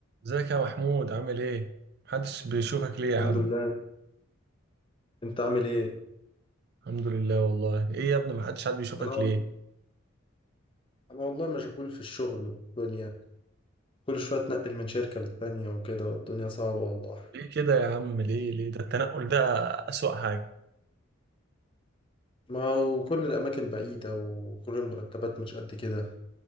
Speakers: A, on the right; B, on the left.
A: ازيك يا محمود عامل ايه؟ محدش بيشوفك ليه يا
B: الحمد
A: عم؟
B: لله انت عامل ايه
A: الحمد لله والله، ايه يا ابني محدش حد بيشوفك
B: انا والله
A: ليه؟
B: انا والله مشغول في الشغل والدنيا كل شويه اتنقل من شركه للتانيه وكده والدنيا صعبه والله
A: ليه كده يا عم؟ ليه ليه ده التنقل ده أسوأ حاجة،
B: ما وكل الاماكن بعيده وكل المرتبات مش قد كده